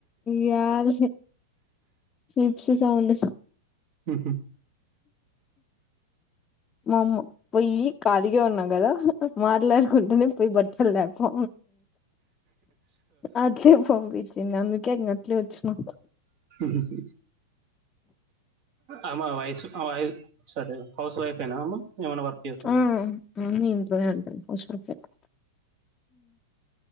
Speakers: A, on the left; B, on the right.
A: యద్ క్లిప్స్ సౌండ్
B: మ్ హు
A: మొ మో పోయి ఖాళిగాే ఉన్నం కదా మాట్లాడుకుంటనే పోయి బట్టలు తేపో అట్లే పంపించ్చింది అందుకే ఇంగ అట్లే వచ్చినా
B: మ్ హు అమా వైసు ఆమెవి అయిదు సరె హౌస్ వైఫ్ ఏనా అమె ఏమన్నా వర్క్ చేసుం
A: ఆ మమ్మీ ఇంట్లోనే ఉంటది హౌస్ వైఫె